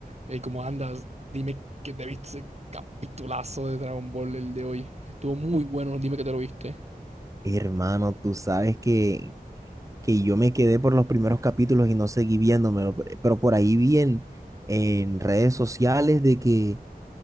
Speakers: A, on the right; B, on the right.
A: Hey, ¿cómo andas? Dime que te viste ese capitulazo de Dragon Ball el de hoy. Estuvo muy bueno, dime que te lo viste.
B: Hermano, tú sabes que, que yo me quedé por los primeros capítulos y no seguí viéndomelo, pe- pero por ahí vi en, en redes sociales de que,